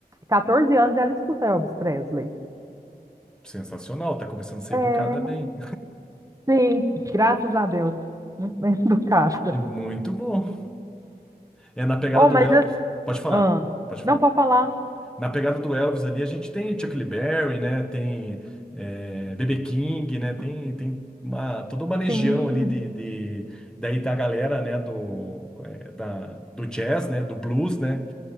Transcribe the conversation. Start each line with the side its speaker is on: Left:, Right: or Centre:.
Right: 14 anos e ela escuta Elvis Presley.
Centre: sensacional, tá começando a ser
Right: É,
Centre: educada bem.
Right: sim, graças a Deus. Muito bem <laughs> educada.
Centre: É muito bom. É na pegada
Right: Oh,
Centre: do
Right: mas
Centre: Elvis.
Right: assim,
Centre: Pode falar,
Right: ah,
Centre: pode
Right: não
Centre: falar.
Right: pode falar.
Centre: Na pegada do Elvis ali, a gente tem Chuck Berry, né? Tem é, BB King, né? Tem, tem uma, toda uma legião
Right: Sim,
Centre: ali de, de- daí da galera, né? Do, é, da, do jazz, né? Do blues, né?